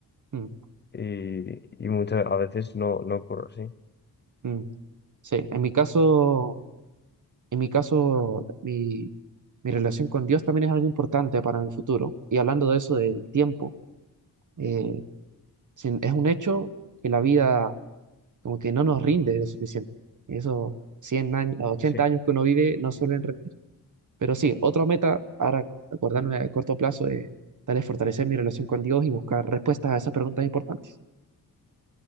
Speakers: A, on the right; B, on the left.
A: Mm,
B: y, y muchas a veces no, no ocurre así.
A: mm, Sí, en mi caso, en mi caso, mi, mi relación con Dios también es algo importante para mi futuro. Y hablando de eso del tiempo, eh, sin- es un hecho que la vida como que no nos rinde lo suficiente. Eso, 100 años, ochenta
B: Sí,
A: años que uno vive no suelen rendir. Pero sí, otra meta, ahora acordarme a corto plazo, es tal es fortalecer mi relación con Dios y buscar respuestas a esas preguntas importantes.